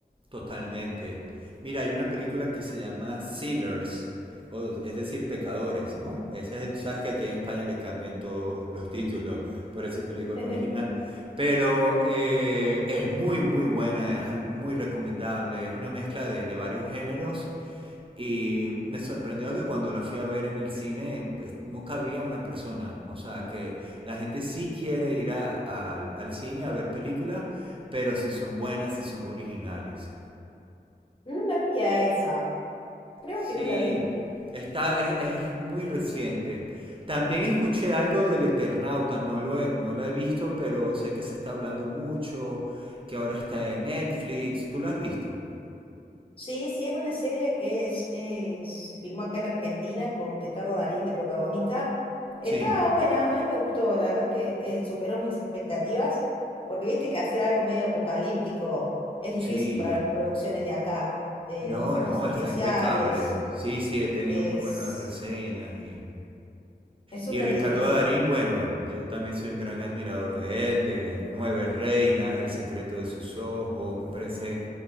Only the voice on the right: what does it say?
Totalmente. Mira, hay una película que se llama Sinners, o, es decir, pecadores, ¿no? Ese es el- tú sabes que aquí en España le cambian todos los títulos, por eso te lo digo en
original. Pero eh, es muy, muy buena, es ah, muy recomendable, es una mezcla de, de varios géneros y me sorprendió que cuando la fui a ver en el cine pues, no cabía una persona, o sea, que la gente sí quiere ir a- al al cine a ver películas, pero si son buenas, si son originales.
Sí,
está, es, es muy reciente. También escuché algo del Eternauta, no lo he- no la he visto, pero sé que se está hablando mucho, que ahora está en Netflix. ¿Tú la has visto?
Sí,
sí.
No,
no,
está impecable. Sí, sí, he tenido
muy buenas reseñas y
y Ricardo
Darín, bueno, eh, yo también soy un gran admirador de él, de Nueve Reinas, El secreto de sus ojos, me parece